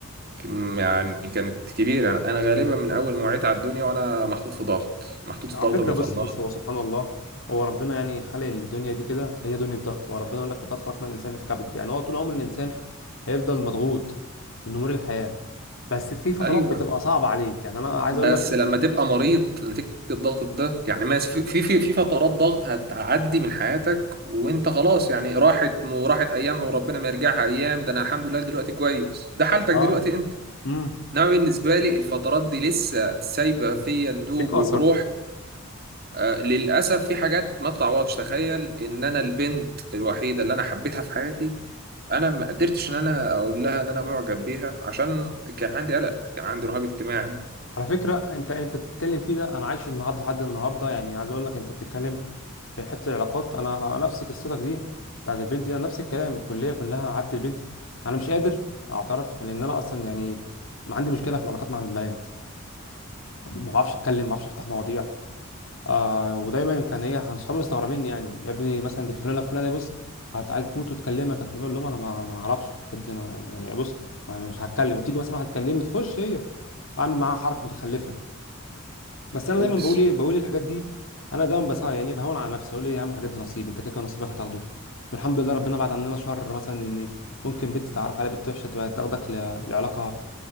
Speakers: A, on the right; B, on the left.
A: كم- يعني كانت كبيره يعني انا غالبا من اول ما وعيت على الدنيا وانا محطوط في ضغط محطوط في
B: على
A: ضغط
B: فكرة
A: المقارنات
B: بص بص هو سبحان الله هو ربنا يعني خلق الدنيا دي كده هي دنيا ضغط هو ربنا يقول لك لقد خلقنا الإنسان في كبد يعني هو طول عمر الإنسان هيفضل مضغوط من أمور الحياة بس في فترات
A: ايوه
B: بتبقى صعبة عليك يعني أنا عايز
A: بس
B: أقول لك
A: لما تبقى مريض نتيجة الضغط ده يعني ما في في في فترات ضغط هتعدي من حياتك وانت خلاص يعني راحت م- وراحت ايامها وربنا ما يرجعها ايام ده انا الحمد لله دلوقتي كويس ده حالتك
B: آه
A: دلوقتي انت
B: امم
A: انما بالنسبة لي الفترات دي لسه سايبة فيا ندوب
B: فيك أثر
A: وجروح آه للأسف في حاجات ما تتعوضش تخيل ان انا البنت الوحيدة اللي انا حبيتها في حياتي انا ما قدرتش ان انا اقول لها ان انا معجب بيها عشان كان عندي قلق كان عندي رهاب اجتماعي
B: على فكرة أنت أنت بتتكلم فيه ده أنا عايش النهاردة لحد النهاردة يعني عايز أقول لك أنت بتتكلم في حتة العلاقات أنا نفس قصتك دي بتاعت البنت دي أنا نفس الكلام الكلية كلها قعدت البنت أنا مش قادر أعترف لأن أنا أصلا يعني ما عندي مشكله في العلاقات مع البنات ما بعرفش اتكلم ما بعرفش افتح مواضيع آه ودايما كان ايه كان صحابي مستغربين يعني يا ابني مثلا دي فلانه فلانه بص هت- عايز تموت وتكلمك هتقول لهم انا ما ما اعرفش الحاجات دي انا يعني بص ما مش هتكلم تيجي مثلا واحد تكلمني تخش هي اعمل معاها حركه متخلفه بس انا
A: اوبس
B: دايما بقول ايه بقول الحاجات دي انا دايما بس يعني إيه، بهون على نفسي اقول ايه يا عم الحاجات دي نصيب انت كده كده نصيبك هتاخده والحمد لله ربنا بعد عننا شر مثلا ان ممكن بنت تعرف على بنت وحشه تبقى تاخدك ل- لعلاقه